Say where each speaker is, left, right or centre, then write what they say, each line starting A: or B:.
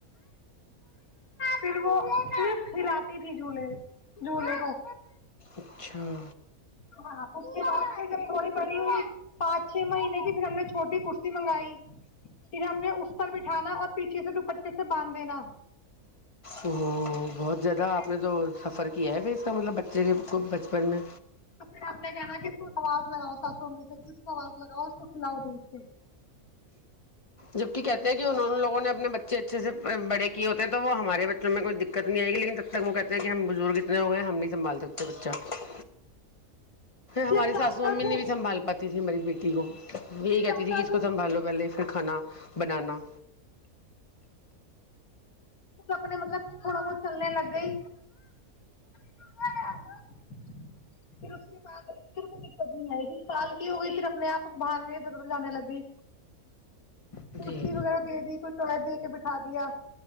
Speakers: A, on the left; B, on the left.
A: پھر وہ صرف ہلاتی تھی جھولے جھولے کو
B: اچھا
A: ہاں ا آ تھی پ پانچ چھ مہینے پھر ہم نے چھوٹی کرسی منگائی پھر ہم نے اس پر بٹھانا اور پیچھے سے دوپٹٹے سے باندھ دینا
B: ا بہت زیادہ
A: پھر
B: آپ نے تو سفر کی ہے پھر مطلب بچے بچپن میں
A: تو پھر آپ نے کہنا کہ اس کو آواز لگاؤ ساسو میں سے جس کو آواز لگاؤ اس کو کھلاؤ دو اسے
B: جب کہتے ہیں کہ ان لوگوں نے اپنے بچے اچھے سے بڑے کی ہوتے ہیں تو وہ ہمارے بچوں میں کوئی دقت نہیں آئے گ لیکن تب تک وہ کہتے ہیں کہ ہم بزرگ اتنے ہوئے ہیں ہم سنبال سکتے بچا پ ہماری
A: یا
B: ساسو
A: سات
B: امی
A: آٹھ
B: نے
A: ہو
B: بھی سنبھال پاتی تھی ہماری بیٹی تیھ یہی کہتی
A: سات
B: ت کہ
A: آٹھ
B: اس کو سنبالو پہلے پھر کانا بنانا
A: اپنے مطلب تھوڑا بہت چلنے لگ گئی <inaudible> پھر اس کے بعد پھر کوئی دقت نہیں آئی سال کی ہو گئی پھر اپنے آپ بھاگنے ادھر ادھر جانے لگی
B: جی
A: کرسی وغیرہ دے دی کوئی ٹوالٹ دے کے بٹھا دیا